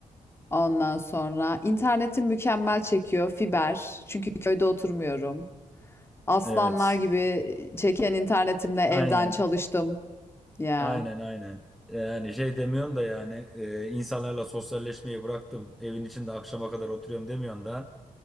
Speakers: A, on the left; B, in the centre.
A: Ondan sonra internetim mükemmel çekiyor fiber çünkü köyde oturmuyorum. Aslanlar
B: Evet.
A: gibi çeken internetimle evden
B: Aynen.
A: çalıştım ya.
B: Aynen aynen. Yani şey demiyorsun da yani e, insanlarla sosyalleşmeyi bıraktım. Evin içinde akşama kadar oturuyorum demiyorsun da